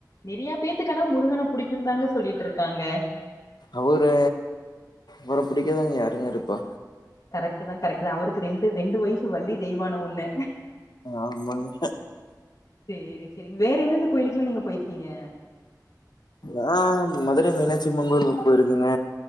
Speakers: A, on the left; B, on the left.
A: நிறையா பேர்த்துக்கு ஆனா முருகன புடிக்குன்னு தாங்க சொல்லிட்டு இருக்காங்க
B: அவரு அவர பிடிக்காதவங்க யாருங்க இருப்பா
A: கரெக்டடு தா கரக்ட்டுஸதா அவருக்கு ரெண்டு ஒய்ஃபு வள்ளி தெய்வான ஒண்ணு
B: ஆமாங்க
A: சேரி சரி வேற எந்தெந்த கோயிலுக்குல்லா நீங்க போயிருக்கீங்க
B: நா மதுரை மீனாட்சியம்மன் கோயிலுக்கு போயிருக்கேங்க